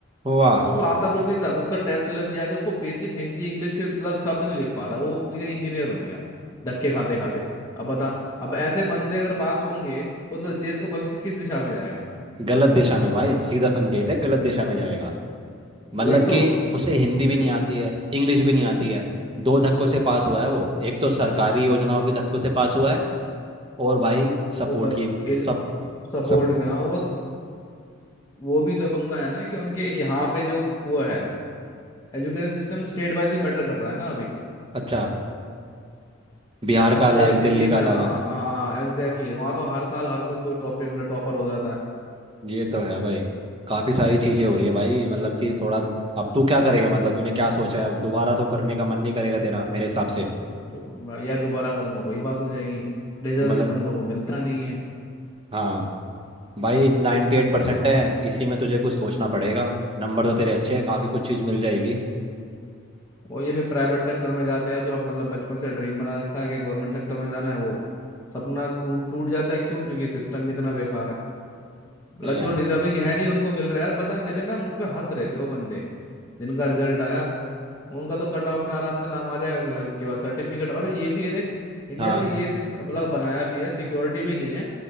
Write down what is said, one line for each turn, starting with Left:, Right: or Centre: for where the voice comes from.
Right: वाह
Left: उसको आता कुछ नहीं था उसका टेस्ट मतलब किया कि उसको बेसिक हिंदी इंग्लिश के मतलब शब्द नहीं लिख पा रहा वो लेकिन इंजीनियर बन गया धक्के खाते खाते अब बता अब ऐसे बंदे अगर पास होंगे तो, तो देश का भविष्य किस दिशा में जाएगा
Right: गलत दिशा में भाई सीधा संकेत है गलत दिशा में जाएगा मतलब
Left: वही तो
Right: कि उसे हिंदी भी नहीं आती है इंग्लिश भी नहीं आती है दो धक्कों से पास हुआ है वो एक तो सरकारी योजनाओं के धक्कों से पास हुआ है और भाई सपोर्ट
Left: वो बस
Right: की
Left: एज
Right: सब
Left: सपोर्ट
Right: सब
Left: में हाँ वो वो भी तो पंगा है ना कि उनके यहाँ पे जो वो है एजुकेशन सिस्टम स्टेट वाइज ही मैटर कर रहा है ना अभी
Right: अच्छा बिहार का
Left: जैसे
Right: अलग
Left: दिल्ली
Right: दिल्ली का
Left: में
Right: अलग
Left: हाँ हाँ एग्जैक्टली वहाँ तो हर साल हर कोई कोई टॉप मतलब टॉपर हो जाता है
Right: ये तो है भाई काफ़ी सारी चीज़ें हो रही है भाई मतलब कि थोड़ा अब तू क्या करेगा मतलब तूने क्या सोचा है दोबारा तो करने का मन नहीं करेगा तेरा मेरे हिसाब से
Left: क्यों मैं यार दोबारा करूंगा वही बात हो जाएगी डिजर्विंग
Right: मतलब
Left: बंदों को मिलता नहीं है
Right: हाँ भाई नाइन्टी एट
Left: वही
Right: परसेंट
Left: तो
Right: है इसी में तुझे कुछ सोचना पड़ेगा नंबर तो तेरे अच्छे हैं काफ़ी कुछ
Left: वही
Right: चीज़
Left: तो
Right: मिल जाएगी
Left: और ये फिर प्राइवेट सेक्टर में जाते हैं जो अब मतलब बचपन से ड्रीम बना रखा है कि गवर्नमेंट सेक्टर में जाना है वो सपना टूट टूट जाता है क्यों क्योंकि सिस्टम भी इतना बेकार है मतलब
Right: नहीं यार
Left: जो डिजर्विंग है नहीं उनको मिल रहा है यार पता है मेरे ना मुंह पे हंस रहे थे वो बंदे जिनका रिजल्ट आया उनका तो कट ऑफ में आराम से नाम आ जाएगा कि भाई उनके पास सर्टिफिकेट और ये भी है देख इंडिया
Right: हाँ
Left: में ये सिस्टम मतलब बनाया भी है सिक्योरिटी भी नहीं है